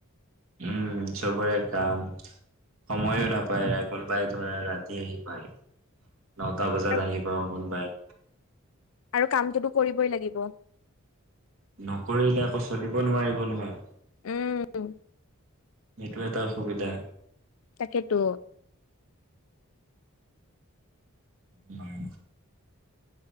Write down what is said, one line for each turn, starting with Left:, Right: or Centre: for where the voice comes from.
Right: উম চবৰে কাম সময়ো নাপায় কোনোবাই ধৰা ৰাতি আহি পায় নটা বজাত
Left: আৰু
Right: আহি ব মন বাই
Left: আৰু কামটোতো কৰিবই লাগিব
Right: নকৰিলে আকৌ চলিব নোৱাৰিব নহয়
Left: উম
Right: সেইটোে এটা অসুবিধা
Left: তাকেেতো
Right: উ হয়